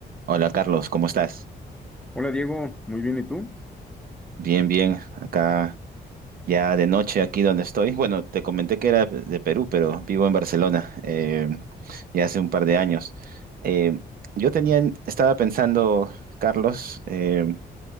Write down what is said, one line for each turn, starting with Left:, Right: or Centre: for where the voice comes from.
Right: Hola Carlos, ¿cómo estás?
Centre: Hola Diego, muy bien, ¿y tú?
Right: Bien, bien. Acá ya de noche, aquí donde estoy. Bueno, te comenté que era de Perú, pero vivo en Barcelona eh, ya hace un par de años. Eh, yo tenía, estaba pensando, Carlos, eh,